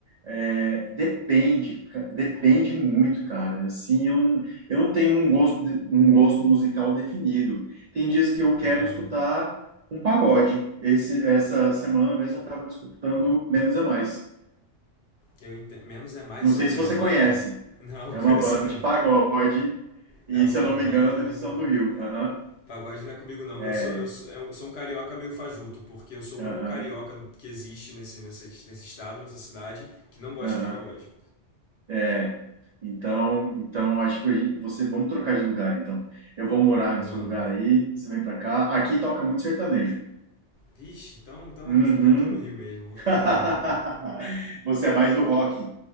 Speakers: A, on the right (about 60°); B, on the left (about 65°).
A: é, depende, ca- depende muito, cara. Assim, eu, não- eu não tenho um gosto, de- um gosto musical definido. Tem dias que eu
B: entendo.
A: quero escutar um pagode. Esse, essa semana mesmo eu estava escutando Menos é Mais.
B: Eu entendo. Menos é mais,
A: Não
B: isso
A: sei
B: é o quê?
A: se
B: É
A: você
B: uma banda?
A: conhece.
B: Não,
A: É
B: <laughs> conheço
A: uma banda
B: não.
A: de pagode e,
B: Não,
A: se
B: pagode
A: eu não me engano,
B: não.
A: eles são do Rio. Aham.
B: Pagode não é comigo não.
A: É.
B: Eu sou, eu sou, eu sou um carioca meio fajuto, porque eu sou
A: Aham.
B: o único carioca que existe nesse, nesse, nesse estado, nessa cidade, que não gosta
A: Aham.
B: de pagode.
A: É, então, então acho que a gente- você vamos trocar de lugar então. Eu vou morar
B: Vamos.
A: no seu lugar aí, você vem pra cá. Aqui toca muito sertanejo.
B: Vixe, então, então
A: Uhum.
B: eu vou ficar aqui no Rio mesmo, vou
A: <laughs>
B: ficar aqui no Rio mesmo.
A: Você é mais do rock.